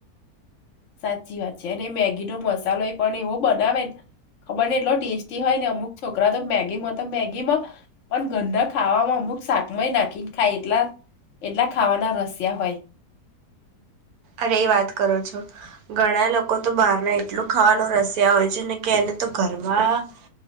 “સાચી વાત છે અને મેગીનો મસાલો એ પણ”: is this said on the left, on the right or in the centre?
Left